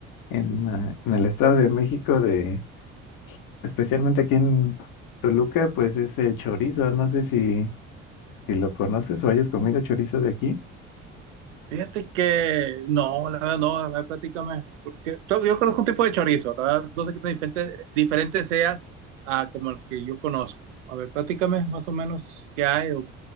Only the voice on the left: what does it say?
en, ah, en el Estado de México, de, especialmente aquí en Toluca, pues es el chorizo. No sé si, si lo conoces o hayas comido chorizo de aquí.